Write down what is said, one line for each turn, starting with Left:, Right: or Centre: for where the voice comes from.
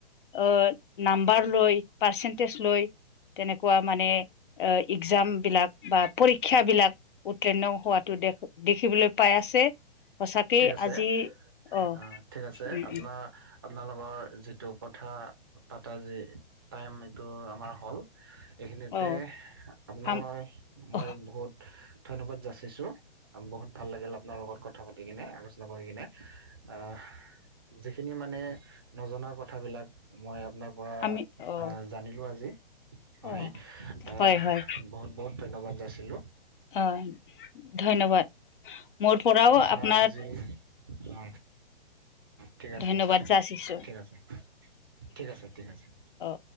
Left: অহ নাম্বাৰ লৈ পাৰ্চেন্টেজ লৈ তেনেকুৱা মানে এক্সাম বিলাক বা পৰীক্ষাবলাক উত্তীৰ্ণ হোৱাত টো দেখ দেখিবলৈ পাই আছে সঁচাকেই
Right: ঠিক আছে
Left: আজি অ
Right: আহ ঠিক আছে
Left: উম
Right: আপোনাৰ
Left: উম
Right: আপোনালোকৰ যিটো কথা পাতা যে টাইম এইটো আমাৰ হ'ল। এইখিনিতে
Left: অ
Right: আপোনালৈ
Left: হাম
Right: মই
Left: অ
Right: বহুত ধন্যবাদ জাছ- ছো বহুত ভাল লাগিল আপোনাৰ লগত কথা পাতি কিনে আলোচনা কৰি কিনে আহ- যিখিনি মানে নজনা কথাবিলাক মই আপোনাৰ পৰা
Left: আমি অ
Right: জানিলোঁ আজি হয়
Left: অ
Right: আহ
Left: হয় হয়
Right: বহুত বহুত ধন্যবাদ যাচিলোঁ।
Left: অ ধন্যবাদ মোৰ পৰাও-
Right: আনা
Left: আপোনাৰ
Right: আজি- অ ঠিক আছে
Left: ধন্যবাদ যাচিছো
Right: ঠিক আছে- ঠিক আছে ঠিক আছে-
Left: অ